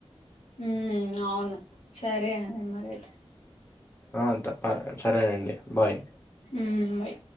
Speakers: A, on the left; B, on the left.
A: ఉమ్ అవును సరే మరైతే
B: ఆ తప్ప సరేనండి బాయ్
A: ఉమ్ బాయ్